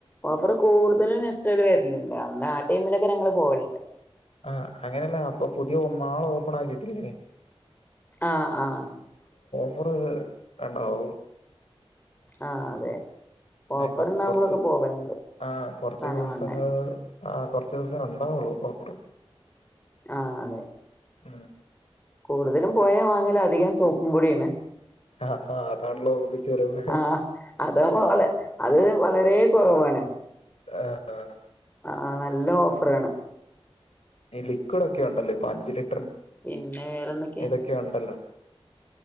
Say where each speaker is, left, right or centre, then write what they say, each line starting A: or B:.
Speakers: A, on the left; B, on the left.
A: ഓഫറ് കൂടുതലും നെസ്റ്റൽ വുന്ന അന്ന് ആ ടൈമിലൊക്കെ ഞങ്ങള്ൾ പോവലണ്ട്
B: ആഹ അങ്ങനെയല്ല അപ്പൊ പുതിയ മാള് ഓപ്പൺ ആക്കിട്ടില്ലേ
A: ആഹ ആഹ
B: അറ് ഉണ്ടാവ
A: ആഹ അതെ ഓഫറുണ്ടാവുമ്പളൊക്കെ
B: ആ ഇപ്പൊ കൊറച്ച്
A: പോവലുണ്ട്
B: ആഹ് കുറച്ച്
A: സാധനം
B: ദിവസങ്ങള്
A: വാങ്ങാൻ
B: ആ കുറച്ച് ദിവസം ഉണ്ടാവുള്ളൂ പക്കറ്
A: ആ അതെ
B: ഉം
A: കൂടുതലും പോയാ വാങ്ങല അധികം സോപ്പുംപൊടിയാണ്
B: ആ അതാണല്ലോ നമ്മൾക്ക് ചെലവ്
A: ആഹ് അതാവുമ്പോ വള അത് വളരെ കുറവാണ്
B: ആഹ
A: ആ നല്ല ഓഫറാണ്
B: ഈ ലിക്വിഡക്കെ ഉണ്ടല്ലേ പ അഞ്ച
A: പിന്നെ വേറെന്തൊക്കെയാ
B: ഇതൊക്കെ ഉണ്ടല്ലോ